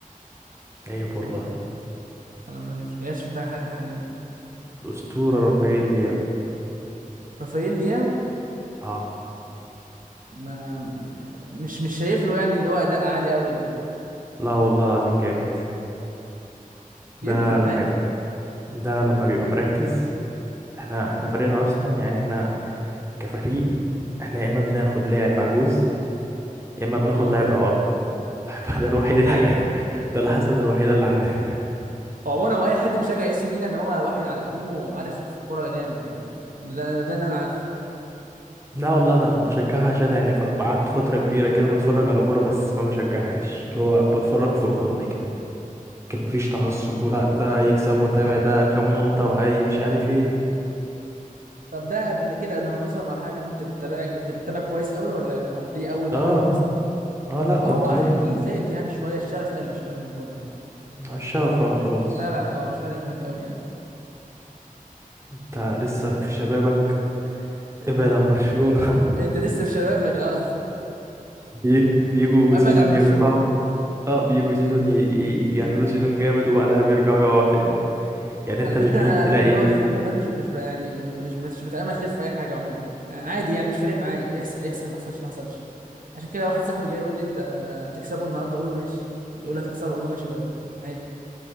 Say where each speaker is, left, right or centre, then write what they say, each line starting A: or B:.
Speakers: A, on the right (about 20°); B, on the right (about 70°).
A: عيب
B: ما
A: والله
B: اعتقد انا ما- مش ما جاش في دماغي حد حاليا
A: الأسطورة رافائيل لياو
B: رافائيل لياو
A: اه
B: ما مش مش شايف له يعني اللي هو اداء عالي قوي يعني
A: لا والله العظيم جامد
B: يمكن
A: ده لما
B: عادي
A: يبقى ده لما بيبقى مركز احنا احنا فريقنا اصلا يعني احنا كفريق احنا يا اما بناخد لاعب عجوز يا اما بناخد
B: اه
A: لاعب اعاره <laughs> فده الوحيد الحاجه
B: ايوه
A: ده الحسنه الوحيده اللي عندنا
B: هو عموما هو اي حد بيشجع اي سي ميلان هو واحد على قديمه وعارف في الكوره جامد يعني ده ده اللي انا عارفه
A: لا والله انا بشجعها عشان يعني ف- قعدت فتره كبيره كده بتفرج على كوره بس ما بشجعهاش اللي هو بتفرج فور فن كده لكن مفيش تعصب ولا ده يكسب واتابع ده كام نقطه وعايز مش عارف ايه
B: طب ده قبل كده قبل ما توصل المرحله دي كنت بتتابع كنت بتتابع كويس قوي ولا ولا دي اول مرحله
A: اه
B: ليك اصلا
A: اه لا
B: هو
A: كنت
B: اكيد
A: مدمن
B: زهقت يعني شويه الشغف قل شويه الموضوع ده يعني
A: الشغف راح
B: ده
A: خلاص
B: مش فارق اه مش فارق معاك قوي يعني
A: انت لسه في شبابك ابعد عن برشلونه
B: انت لسه في شبابك اه
A: <laughs> بي... بيجوا
B: <laughs> ابعد
A: سيزون
B: عن برشلونه
A: يرفعوا اه بيجوا سيزون ي... ي- يعملوا سيزون جامد وبعدها بيرجعوا يقعوا تاني يعني انت
B: على فكره
A: مش بعيد
B: انا
A: تلاقي
B: انا من النوع اللي الحمد لله مش مش ب- يعني مش بت- مش بتامل خير في اي حاجه عموما آه، عادي يعني مش فارق معايا يحصل يحصل ما يحصلش ما حصلش عشان كده واحد صاحبي جاي يقول لي انت هتكسبه النهارده اقول له ماشي يقول لي هتخسره اقول له ماشي برضه عادي